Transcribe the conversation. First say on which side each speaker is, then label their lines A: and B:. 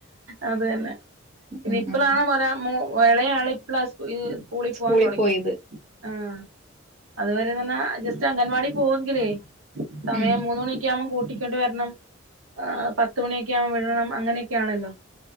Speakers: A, on the right; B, on the right.
A: അതന്നെ ഇനി
B: ഉം
A: ഇപ്ലാണ്
B: ഉം
A: ഒരാ മു ഇളയാള് ഇപ്ല ഈ സ് കൂളി പോവാൻ
B: സ്കൂളിൽ
A: തൊടങ്ങി.
B: പോയത്
A: ആഹ് അതുവരെന്നർഞ്ഞാ ജസ്റ്റ് അംഗൻവാടി പോവങ്കിലേ സമയം
B: ഉം
A: മൂന്ന്മണി. ക്ക്യാവുമ്പോം കൂട്ടിക്കൊണ്ട് വര്ണം ഏഹ് പത്ത് മണിയൊക്കെ ആവുമ്പോ വിടണം അങ്ങനെയൊക്കെയാണല്ലോ?